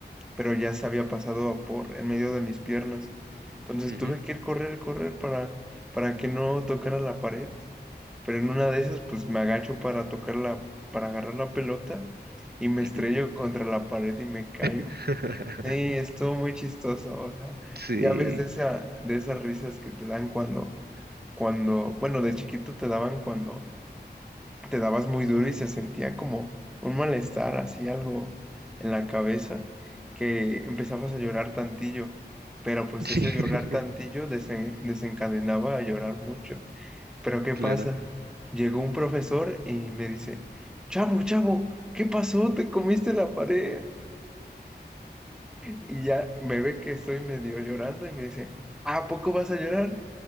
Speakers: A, in the centre; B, on the right.
A: pero ya se había pasado por en medio de mis piernas. Entonces
B: ujú,
A: tuve que ir correr, correr para, para que no tocara la pared. Pero en una de esas, pues me agacho para tocar la, para agarrar la pelota y me
B: ujú.
A: estrello contra la pared y me caigo.
B: <laughs>
A: Sí, estuvo muy chistoso. O sea,
B: Sí,
A: ya ves de esa, de esas risas que te dan cuando, cuando, bueno, de chiquito te daban cuando te dabas muy duro y se sentía como un malestar, así algo en la cabeza, que empezabas a llorar tantillo, pero pues
B: sí,
A: ese llorar
B: <laughs>
A: tantillo desen- desencadenaba a llorar mucho. Pero ¿qué
B: claro.
A: pasa? Llegó un profesor y me dice, chavo, chavo, ¿qué pasó? ¿Te comiste la pared? Y ya me ve que estoy medio llorando y me dice, ¿a poco vas a llorar?